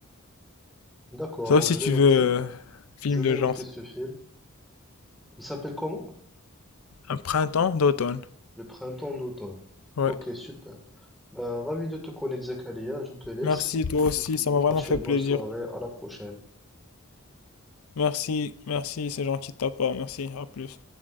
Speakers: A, in the centre; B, on the left (about 80°).
A: D'accord,
B: Sauf
A: donc
B: si
A: je
B: tu
A: vais noter.
B: veux euh, film
A: Je vais
B: de genre.
A: noter ce film. Il s'appelle comment?
B: Un printemps d'automne.
A: Le printemps d'automne.
B: Ouais.
A: Ok, super. Bah, ravi de te connaître, Zakaria. Je te laisse.
B: Merci, toi aussi, ça m'a vraiment
A: Passe
B: fait
A: une
B: plaisir.
A: bonne soirée. À la prochaine.
B: Merci, merci, c'est gentil de ta part, merci, à plus.